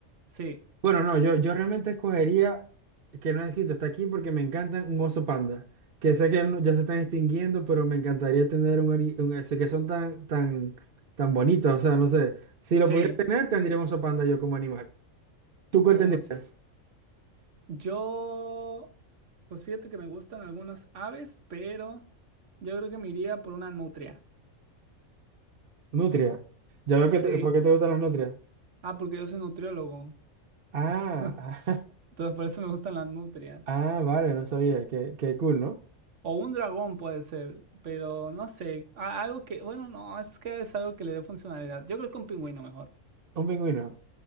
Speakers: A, on the right; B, on the right.
A: Sí,
B: Bueno, no, yo, yo realmente escogería, que no es distinto, está aquí porque me encantan un oso panda, que sé que no- ya se están extinguiendo, pero me encantaría tener un, ari- un- eh, sé que son tan, tan, tan bonitos, o sea, no sé, si lo
A: sí.
B: pudiera tener, tendría un oso panda yo como animal. ¿Tú cuál
A: Uh,
B: tendrías?
A: sí. Yo, pues fíjate que me gustan algunas aves, pero yo creo que me iría por una nutria.
B: Nutria. Ya veo
A: Sí.
B: que, te- ¿por qué te gustan las nutrias?
A: Ah, porque yo soy nutriólogo.
B: Ah,
A: <laughs> Entonces por eso me gustan las nutrias.
B: <laughs> ah, vale, no sabía, qué, qué cool, ¿no?
A: O un dragón puede ser, pero no sé. a- Algo que, bueno, no, es que es algo que le dé funcionalidad. Yo creo que un pingüino mejor.
B: Un pingüino.